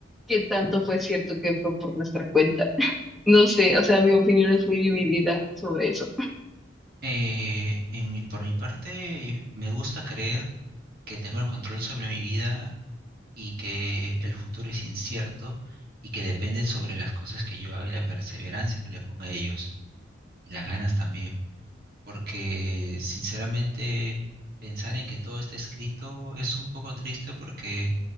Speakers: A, in the centre; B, on the right.
A: qué tanto fue cierto que fue por nuestra cuenta? No sé, o sea, mi opinión es muy dividida sobre eso,
B: Eh, en mi- por mi parte, me gusta creer que tengo el control sobre mi vida y que el futuro es incierto y que depende sobre las cosas que yo haga y la perseverancia que le ponga a ellos y las ganas también. Porque sinceramente pensar en que todo está escrito es un poco triste porque,